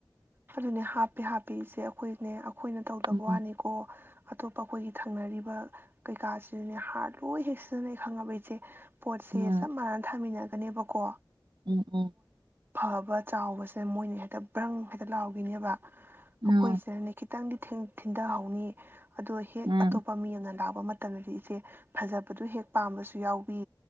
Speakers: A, on the right; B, on the right.
A: ꯑꯗꯨꯅꯦ ꯍꯥꯞꯄꯦ ꯍꯥꯞꯄꯦ ꯏꯆꯦ ꯑꯩꯈꯣꯏꯅꯦ ꯑꯩꯈꯣꯏꯅ ꯇꯧꯗꯕ
B: ꯎꯝ
A: ꯋꯥꯅꯤꯀꯣ ꯑꯇꯣꯞꯄ ꯑꯩꯈꯣꯏꯒꯤ ꯊꯪꯅꯔꯤꯕ ꯀꯩꯀꯥꯁꯤꯗꯅꯦ ꯍꯥꯔ ꯂꯣꯏ ꯍꯦꯛ ꯁꯤꯖꯤꯟꯅꯩ ꯈꯪꯉꯕ ꯏꯆꯦ ꯄꯣꯠꯁꯦ
B: ꯎꯝ
A: ꯆꯞ ꯃꯥꯟꯅꯅ ꯊꯥꯃꯤꯟꯅ ꯑꯅꯦꯕꯀꯣ
B: ꯎꯝ ꯎꯝ
A: ꯐꯕ ꯆꯥꯎꯕꯁꯦ ꯃꯣꯏꯅ ꯍꯦꯛꯇ ꯕ꯭ꯔꯪ ꯍꯦꯛꯇ ꯂꯥꯎꯒꯤꯅꯤꯕ ꯑꯩꯈꯣꯏꯁꯤꯟꯅꯦ
B: ꯎꯝ
A: ꯈꯤꯇꯪꯗꯤ ꯊꯤꯟꯗꯍꯧꯅꯤ ꯑꯗꯣ ꯍꯦꯛ
B: ꯎꯝ
A: ꯑꯇꯣꯞꯄ ꯃꯤ ꯑꯃꯅ ꯂꯥꯛ ꯇ ꯃꯇꯝꯗꯗꯤ ꯏꯆꯦ ꯐꯖꯕꯗꯨ ꯍꯦꯛ ꯄꯥꯝꯕꯁꯨ ꯌꯥꯎꯕꯤ